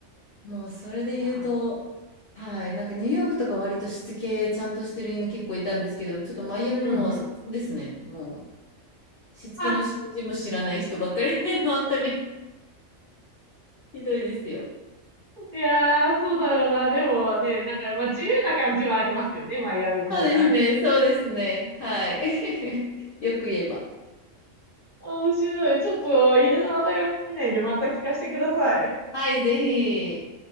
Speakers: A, on the left; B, on the right.
A: もうそれで言うと、
B: いや
A: はい、なんかニューヨークとか割としつけちゃんとしてる犬結構いたんですけど、ちょっとマイアミもう散々ですね。
B: ー、うんうん。
A: もうしつけの指示も知らない人ばっかり。
B: あ
A: <laughs> 本当にひどいですよ。
B: いやー、そうだろうな。でもね、なんか、まあ、自由な感じはありますよね、マイアミの方が。
A: そうですね、
B: <laughs>
A: そうですね。はい。<laughs> よく言えば。
B: 面白い。ちょっと、犬の値は尽きないんで、また聞かせてください。
A: はい、ぜひ。